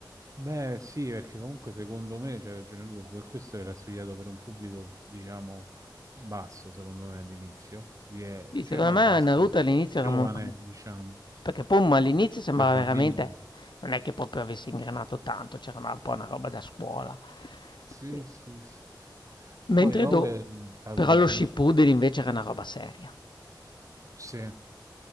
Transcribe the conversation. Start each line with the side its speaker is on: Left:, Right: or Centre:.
Right: Beh, sì, perché comunque secondo me c'è ragione tu, que- questo era studiato per un pubblico, diciamo, basso, secondo me all'inizio, di- eh,
Left: Sì, secondo
Right: cioè no,
Left: me
Right: basso,
Left: Naruto all'inizio
Right: giovane,
Left: era molto
Right: diciamo,
Left: perché Pum all'inizio sembrava
Right: per bambini.
Left: veramente non è che proprio avesse ingranato tanto, c'era ma un po' una roba da scuola.
Right: Sì,
Left: E
Right: sì, sì. Poi
Left: mentre
Right: dopo
Left: do
Right: è diventato
Left: però
Right: per
Left: lo
Right: adulti.
Left: Shippuden invece era una roba seria.
Right: Sì,